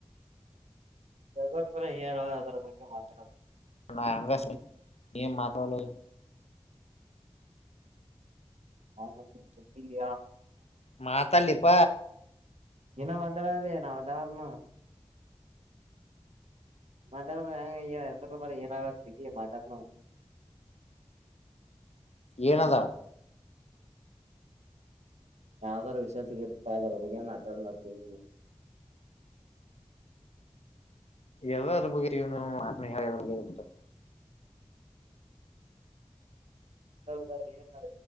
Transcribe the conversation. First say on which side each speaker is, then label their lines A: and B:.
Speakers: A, on the right; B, on the left.
A: ಯ ಬ ಹೇಳ ಅದ್ರ ಬಗ್ಗೆ ಮಾತನಾಡಕುದು
B: ನ ಅಂಗಸ ಏಂ ಮಾತವಲ
A: ಹ ಸ ನೀಿಲ್ಲ
B: ಮಾತಲ್ಲಿಿಪ
A: ಇನ್ನ ಮದರದ ನ ಮದರನ ಮದರ್ ಏನ ಸಿ ಮದರ್ನು
B: ಏನದಾ
A: ಯಾವದೋರ ವಿಷಯದ ಇಪ್ಪ ಅ ಆದರ ಬಾ ಮಾತಾಡ ಬತೀನ
B: ಎಲ್ಲ ಅ ಬಗ್ನು ಹೇಳ ಹ
A: ೌದ ಏನಾರ